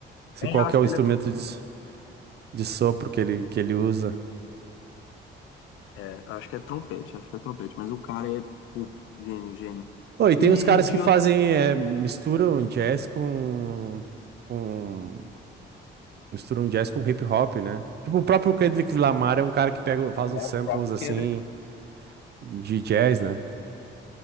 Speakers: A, on the right (about 55°); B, on the left (about 85°).
A: Se
B: Nem
A: qual
B: acho
A: que é o
B: que
A: instrumento
B: ele é. tro-
A: de, s- de sopro que ele, que ele usa.
B: É, acho que é trompete, acho que é trompete, mas o cara é, pô, gênio, gênio.
A: Oh, e tem
B: E
A: os caras
B: de
A: que fazem, é, misturam jazz com, com, misturam jazz com hip hop, né? Tipo, o próprio Kendrick Lamar é um cara que pega, faz
B: É
A: uns samples,
B: o próprio
A: assim,
B: Kendrick.
A: de jazz, né?